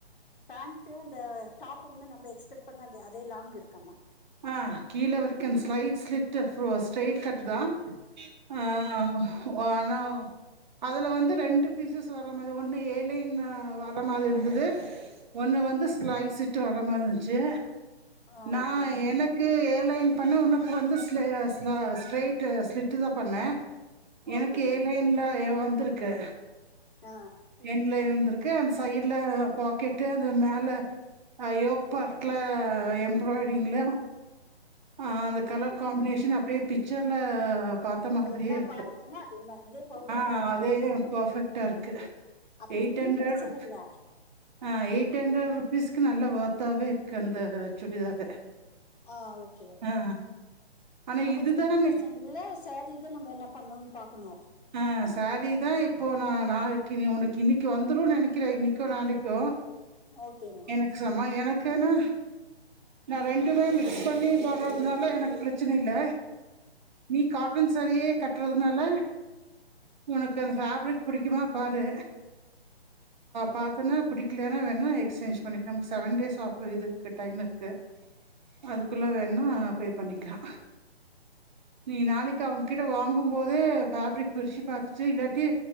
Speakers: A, on the left; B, on the right.
A: பேண்ட்டு அந்த டாப்பு வந்து நம்ம எக்ஸ்பெக்ட் பண்ண அந்த அதே லாங் இருக்கு ஆனா
B: ஆ கீழ வரைக்கு அந்த slight slit for straight cut தா ஆ வானா அதுல வந்து ரெண்டு பீசஸ் வர மாரி ஒண்ணு ஏலைன்னு வர மாரி இருந்தது ஒன்னு வந்து ஸ்லைஸிட்டு வர மாரி இருந்துச்சு
A: ஆ
B: நா
A: ஓகே
B: எனக்கு ஏலைன் பண்ண ஒனக்கு வந்து ஸ்லய ஸ்ல ஸ்ட்ரைட்டு ஸ்லிட்டு தா பண்ணே எனக்கு
A: ஓகே மேம்
B: ஏ லைன்ல எ வந்திருக்கு
A: ஆ
B: என்ட்லைன் வந்திருக்கு அந்த சைடுல பாக்கெட்டு அந்த மேல ஆ யோக் பார்க்ல எம்ப்ராய்ட்டிங்ள ஆ அந்த கலர்
A: ஓகே
B: காம்பினேஷன்
A: ஓகே
B: அப்டியே பிக்சர்ல பாத்த
A: நம்ம
B: மாதிரியே
A: என்ன
B: இருக்கு
A: பாத்தோமோ அதே மா அதே பர்ஃபெக்ட்டா
B: ஆ
A: இருக்கா
B: அதே பர்ஃபெக்ட்டாருக்கு
A: அப்ப
B: எயிட்
A: சுடி
B: அண்டர்ட்
A: பிரச்சனை இல்ல
B: ஆ எயிட் அண்ட்ரட் ருபீஸ்க்கு நல்லா ஒர்த்தாவே இருக்கு அந்த சுடிதாரு
A: ஆ ஓகே
B: ஆ ஆனா
A: அப்ப
B: இதுதானே
A: சுடி ப்ரச்சன இல்ல சாரிதா நம்ப என்ன பண்ணணுன் பாக்கணு
B: ஆ சாரி தா இப்போ நா நாளை க்கி ஒனக்கு இன்னக்கி வந்துருன் நெனைக்கிறே இன்னிக்கோ நாளைக்கோ
A: ஓகேமா
B: <unintelligible> எனக்குனு நா ரெண்டுமே மிக்ஸ் பண்ணி போடுறதுனால எனக்கு பிரச்சனில்ல நீ காட்டன் சாரியே கட்றதுனால ஒனக்கு அந்த ஃபேவ்ரிக் புடிக்குமா பாரு பாத்தோன்னா பிடிக்கலன்னா வேணா எக்ஸ்சேஞ்ச் பண்ணிக்லா நமக்கு செவன் டேஸ் ஆஃப் இது இருக்கு டைம் இருக்கு அதுக்குள்ள வேண்னா போய் பண்ணிக்லா நீ நாளைக்கு அவுங்கிட்ட வாங்கும்போதே ஃபேவ்ரிக் பிரிச்சு பாத்துட்டு இல்லாட்டி